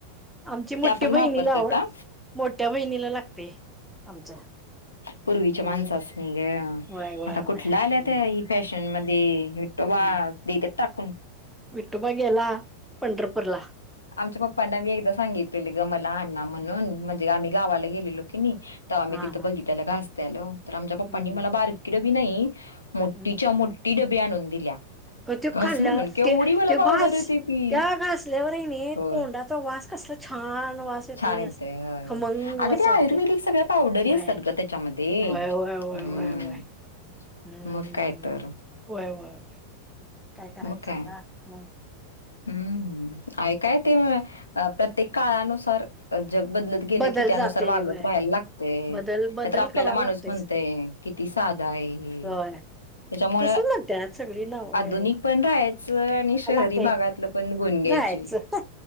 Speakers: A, in the centre; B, on the left (about 75°).
A: आमची मोठी
B: त्या पण
A: बहिणीला
B: वापरतात
A: आवड
B: हा
A: मोठ्या बहिणीला लागते आमच्या
B: पूर्वीच्या
A: हम्म
B: माणसच नाही ग
A: व्हय व्हय
B: आता
A: व्हय
B: कुठला
A: हम्म
B: आल्या त्या ही फॅशन न मध्ये विठोबा
A: हम्म
B: देत्यात टाकून
A: विठोबा गेला पंढरपूरला
B: आमच्या पप्पांना मी एकदा सांगितलेले ग मला आण म्हणून म्हणजे आम्ही गावाला गेलेलो की तर आम्ही
A: हा
B: तिथं
A: हा
B: बघित घास तेल तर आमच्या
A: हम्म
B: पप्पनी मला बारकी डबी नाही मोठीच्या
A: हम्म
B: मोठी टी डबी आनुन दिल्यात
A: हो ते
B: कस
A: खाल्लं
B: म्हणून केवडी
A: ते
B: मला
A: ते
B: पावडणार
A: घास
B: होती ती
A: त्या घासल्यावर नाही
B: होय
A: तोंडाचा वास कसला छान वास
B: छान
A: ना
B: येते
A: असा खमंग
B: अग
A: वास
B: ते
A: वाटते
B: आयुर्वेदिक सगळ पा पावडरी
A: होय
B: असतात ग त्याच्यामध्ये
A: होय
B: हम्
A: होय होय होय होय हम्म
B: मग काय तर
A: होय वय काय करायचं
B: मग काय
A: आ म
B: हम्म ऐकाय ते प्रत्येक काळानुसार जग बदलत गेलं
A: बदल
B: की त्यानुसार
A: जाते
B: वागत
A: होय
B: राहायला लागते
A: बदल
B: नाही
A: बदल
B: तर आपल्याला
A: करायला
B: माणूस
A: लागतेच
B: म्हणतेय. किती साधा आहे?
A: होय
B: त्याच्यामुळं
A: तसच म्हणतात सगळी ना होय
B: आधुनिक पण राहायचं आणि शहरी
A: लागते
B: भागात तिथं पण गुण घ्यायची.
A: राहायचं